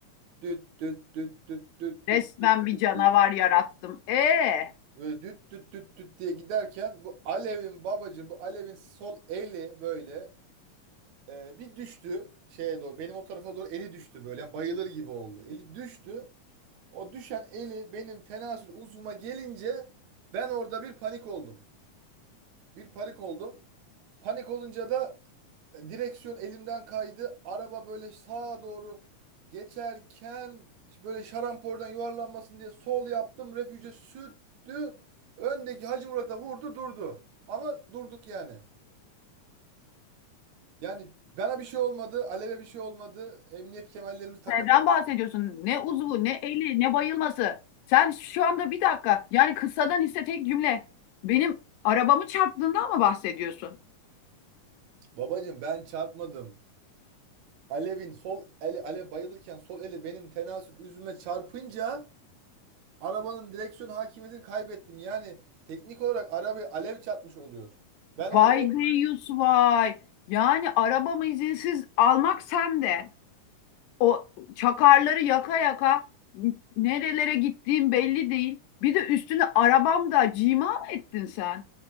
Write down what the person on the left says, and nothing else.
Resmen
bir
canavar
yarattım. Ee,
neden bahsediyorsun? Ne uzvu, ne eli, ne bayılması. Sen şu anda bir dakika, yani kısadan hisse tek cümle. Benim arabamı çarptığından mı bahsediyorsun?
Vay deyyus vay. Yani arabamı izinsiz almak sen de. O çakarları yaka yaka nerelere gittiğim belli değil. Bir de üstüne arabamda cima mı ettin sen?